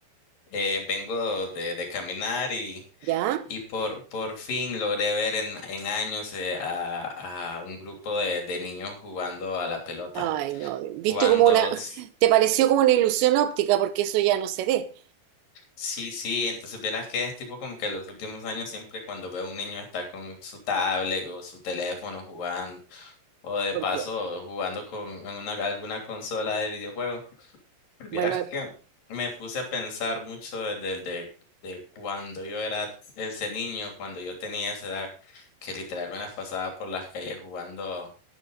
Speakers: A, on the left; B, on the right.
A: eh, vengo de, de caminar y,
B: ¿Ya?
A: y por, por fin logré ver en, en años eh, a, a un grupo de, de niños jugando a la pelota.
B: Ay, no, viste
A: Cuando,
B: como una,
A: s-
B: <laughs> te pareció como una ilusión óptica porque eso ya no se ve,
A: sí, sí, entonces vieras que es tipo como que los últimos años siempre cuando veo a un niño está con su tablet o su teléfono jugando o de
B: por
A: paso
B: Dios.
A: jugando con en una, alguna consola de videojuegos. Vieras
B: Bueno,
A: que me puse a pensar mucho desde el de, de cuando yo era ese niño, cuando yo tenía esa edad, que literal me las pasaba por las calles jugando